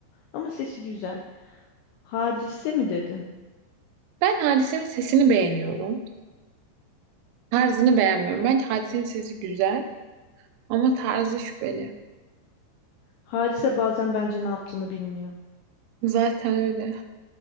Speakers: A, on the left (about 85°); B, on the right (about 80°).
A: Ama sesi güzel. Hadise mi dedin?
B: Ben Hadise'nin sesini beğeniyorum. Tarzını beğenmiyorum. Bence Hadise'nin sesi güzel ama tarzı şüpheli.
A: Hadise bazen bence ne yaptığını bilmiyor.
B: Zaten öyle.